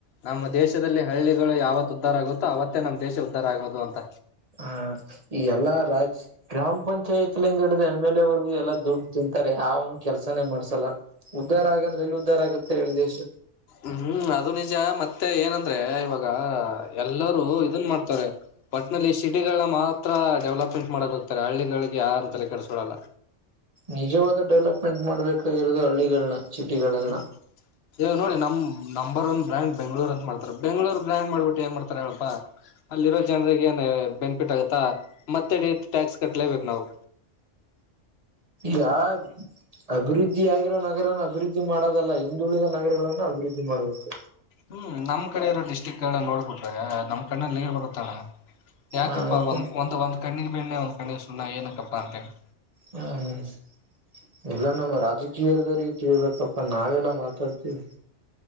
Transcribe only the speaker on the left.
ನಮ್ಮ ದೇಶದಲ್ಲಿ ಹಳ್ಳಿಗಳು ಯಾವತ್ ಉದ್ಧಾರ ಆಗುತ್ತೋ ಅವತ್ತೇ ನಮ್ಮ್ ದೇಶ ಉದ್ಧಾರ ಆಗೋದು ಅಂತ.
ಹ ಹ್ಮ್ ಅದು ನಿಜ ಮತ್ತೆ ಏನಂದ್ರೆ ಇವಾಗ ಎಲ್ಲರೂ ಇದನ್ ಮಾಡ್ತಾರೆ. ಒಟ್ನಲ್ಲಿ ಸಿಟಿಗಳ ಮಾತ್ರ ಡೆವಲಪ್ಮೆಂಟ್ ಮಾಡಕ ಹೋಗ್ತಾರೆ ಹಳ್ಳಿಗಳಿಗೆ ಯಾರು ತಲೆ ಕೆಡಸ್ಕೊಡಲ್ಲ
ಹ್ಮ್ ಈವಾಗ್ ನೋಡಿ ನಮ್ ನಂಬರ್ ಒನ್ ಬ್ರ್ಯಾಂಡ್ ಬೆಂಗಳೂರು ಅಂತ ಮಾಡ್ತಾರೆ ಬೆಂಗಳೂರು ಬ್ರ್ಯಾಂಡ್ ಮಾಡ್ಬಿಟ್ಟು ಏನ್ ಮಾಡ್ತಾರ ಹೇಳಪ್ಪ. ಅಲ್ಲಿರೋ ಜನರಿಗೆ ಏನ್ ಬೆನಿಫಿಟ್ ಆಗತ್ತಾ ಮತ್ತೆಡ ಟ್ಯಾಕ್ಸ್ ಕಟ್ಲೇಬೇಕು ನಾವು
ಹ್ಮ್ ನಮ್ಮ್ಡೆಕಡೆ ಇರೋ ಡಿಸ್ಟ್ರಿಕ್ ಎಲ್ಲ ನೋಡ್ಬಿಟ್ರೆ ನಮ್ಮ್ ಕಣ್ಣಲ್ಲಿ ನೀರ್ ಬರುತ್ತಣ ಯಾಕಪ್ಪ
ಒಂದ ಒಂದ ಕಣ್ಣಿಗೆ ಬೆಣ್ಣೆ ಒಂದ್ ಕಣ್ಣಿಗೆ ಸುಣ್ಣ ಏನಕ್ಕಪ್ಪಾ ಅಂತ ಹೇಳಿ.